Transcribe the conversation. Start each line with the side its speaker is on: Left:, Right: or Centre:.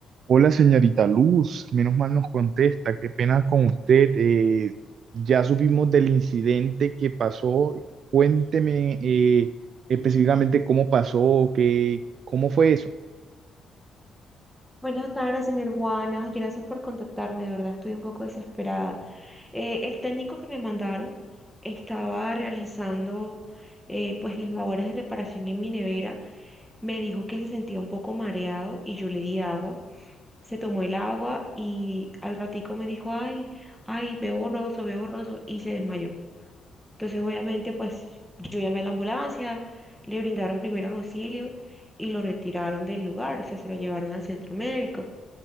Right: Hola, señorita Luz, menos mal nos contesta, qué pena con usted. eh, ya supimos del incidente que pasó. Cuénteme eh, específicamente cómo pasó, qué, cómo fue eso.
Centre: Buenas tardes, señor Juana. Gracias por contactarme. De verdad, estoy un poco desesperada. Eh, el técnico que me mandaron estaba realizando eh, pues las labores de reparación en mi nevera. Me dijo que se sentía un poco mareado y yo le di agua. Se tomó el agua y al ratico me dijo, ay, ay, veo borroso, veo borroso y se desmayó. Entonces, obviamente, pues yo llamé a la ambulancia, le brindaron primeros auxilios y lo retiraron del lugar, o sea, se lo llevaron al centro médico.